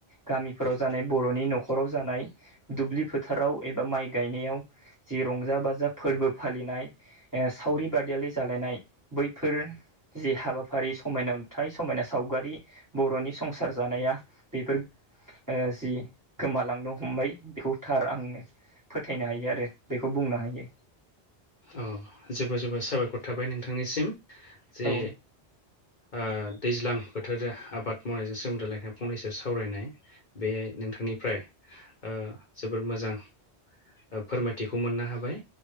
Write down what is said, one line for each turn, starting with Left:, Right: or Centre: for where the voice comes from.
Right: गामिफोराव जानाय बर'नि न'खराव जानाय दुब्लि फोथाराव एबा माइ गायनायाव जि रंजा बाजा फोर्बो फालिनाय ओ सावरि बादियालि जालायनाय बैफोर जि हाबाफारि समायना नुथाय समायना सावगारि बर'नि संसार जानाया बेफोर ओ जि गोमालांनो हमबाय बेखौ थार आङो फोथायनो हायो आरो बेखौ बुंनो हायो।
Left: औ जोबोर जोबोर साबायखर थाबाय नोंथांनिसिम जे
Right: औ
Left: ओ दैज्लां बोथोर आबाद मावनायजों सोमोन्दो लाखिना फंनैसो सावरायनाय बेहाय नोंथांनिफ्राय ओ जोबोर मोजां ओ फोरमायथिखौ मोननो हाबाय